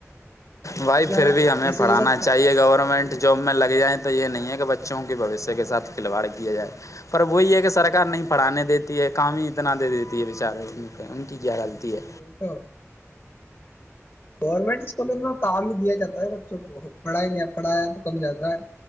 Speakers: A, on the left; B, on the left.
A: بھائی
B: نہ
A: پھر
B: ایسے
A: بھی ہمیں پڑھانا
B: جیسا
A: چاہیے گورنمنٹ جاب میں لگ جائیں تو یہ نہیں ہے کہ بچوں کے بھشیہ کے ساتھ کھلواڑ کیا جائے پر وہی یہ ہے کہ سرک نہیں پڑانے دیتی ہے کام ہی اتنا دے دیتی ہے بیچارے ان ان کی کیا ڈالتی ہے
B: جی وہی تو گورنمنٹ اسکولوں میں کام ہی دیا جاتا ہے بچوں کو پڑھائی نہیں پڑھایا تو کم جاتا ہے